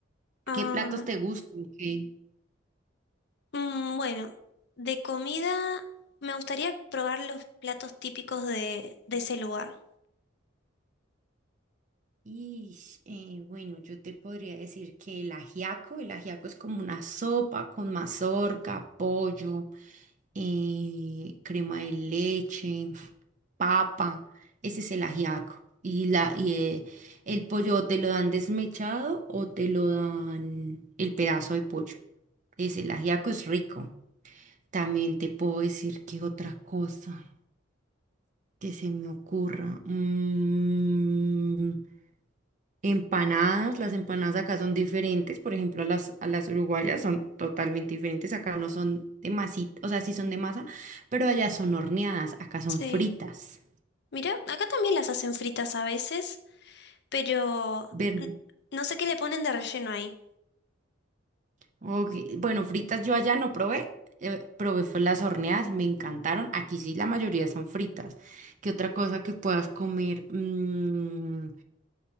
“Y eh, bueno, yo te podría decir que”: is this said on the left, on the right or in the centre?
Right